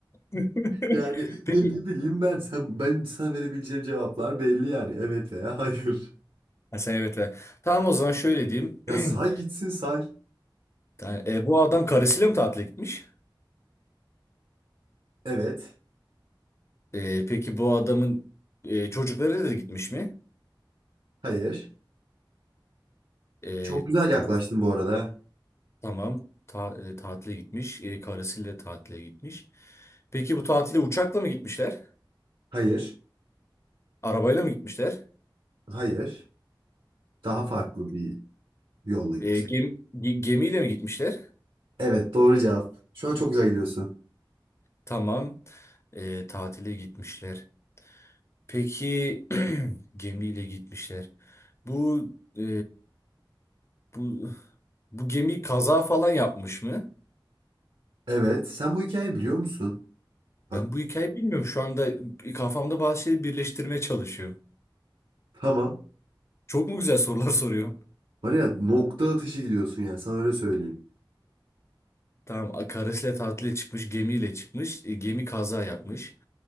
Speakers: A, on the left; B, on the right.
A: <laughs>
B: Yani
A: Peki.
B: ne, ne bileyim ben sen ben sana verebileceğim cevaplar belli yani evet veya hayır.
A: Ha, sen evet. evet. Tamam o zaman şöyle diyeyim.
B: Ya
A: <clears throat>
B: say gitsin say.
A: Yani, e, bu adam karısıyla mı tatile gitmiş?
B: Evet.
A: E, peki bu adamın e, çocukları da gitmiş mi?
B: Hayır.
A: E,
B: Çok güzel yaklaştın
A: ta-
B: bu arada.
A: tamam. Ta- e, tatile gitmiş. E, karısıyla tatile gitmiş. Peki bu tatile uçakla mı gitmişler?
B: Hayır.
A: Arabayla mı gitmişler?
B: Hayır. Daha farklı bir yolla gitmişler.
A: E, gem- ge- gemiyle mi gitmişler?
B: Evet doğru cevap. Şu an çok güzel gidiyorsun.
A: Tamam. E, tatile gitmişler. Peki <clears throat> gemiyle gitmişler. Bu e, bu bu gemi kaza falan yapmış mı?
B: Evet. Sen bu hikayeyi biliyor musun? Bak
A: Ben bu hikayeyi bilmiyorum. Şu anda kafamda bazı şeyleri birleştirmeye çalışıyorum.
B: tamam.
A: Çok mu güzel sorular <laughs> soruyorum?
B: Var ya nokta atışı gidiyorsun ya sana öyle söyleyeyim.
A: Tamam, karısıyla tatile çıkmış, gemiyle çıkmış. E, gemi kaza yapmış.